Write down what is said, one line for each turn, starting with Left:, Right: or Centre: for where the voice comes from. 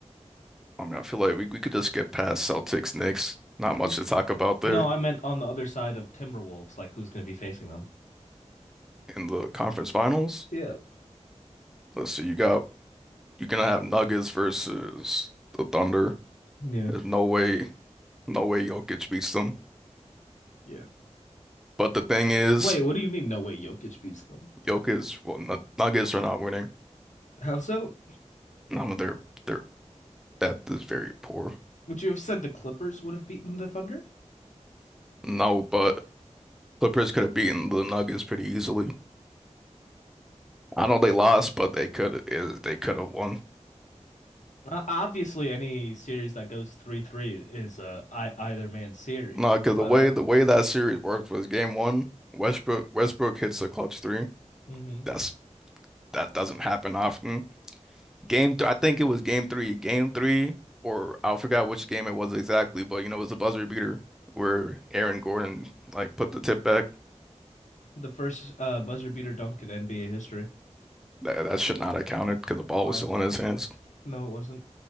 Centre: I mean, I feel like we, we could just get past Celtics, Knicks. Not much
Left: N-
Centre: to talk about
Left: No,
Centre: there
Left: I meant on the other side of Timberwolves, like who's gonna be facing them.
Centre: in the conference finals.
Left: Yeah.
Centre: Let's see, you got you're gonna have Nuggets versus the Thunder.
Left: Yeah.
Centre: There's no way, no way Jokic beats them.
Left: Yeah.
Centre: But the thing is,
Left: Wait, what do you mean? No way, Jokic beats them.
Centre: Jokic, well, N- Nuggets are not winning.
Left: How so?
Centre: I mean, their their depth is very poor.
Left: Would you have said the Clippers would have beaten the Thunder?
Centre: No, but Clippers could have beaten the Nuggets pretty easily. I know they lost, but they could they could have won.
Left: Uh, obviously, any series that goes 3-3 is uh, I either man series.
Centre: No, because the
Left: But
Centre: way
Left: uh,
Centre: the way that series worked was game one, Westbrook Westbrook hits a clutch three.
Left: mhm.
Centre: That's that doesn't happen often. Game th I think it was game three, game three, or I forgot which game it was exactly, but you know it was a buzzer beater where Aaron Gordon like put the tip back.
Left: The first uh, buzzer beater dunk in NBA history.
Centre: That that should not have counted because the ball
Left: Why?
Centre: was still in his hands.
Left: No, it wasn't.